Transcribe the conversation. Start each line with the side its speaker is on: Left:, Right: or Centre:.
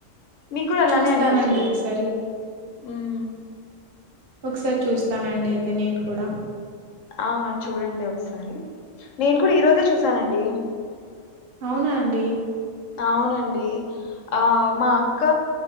Left: మీ కూడా ఆలానే
Right: చూస్తానండి
Left: అనిపిస్తాది
Right: ఒకసారి
Left: మ్మ్
Right: ఒకసారి చూస్తానండి అయితే నేను కూడా
Left: ఆ చూడండి ఒకసారి నేను కూడా ఈ రోజే చూసానండి
Right: అవునా అండి
Left: అవునండి ఆ మా అక్క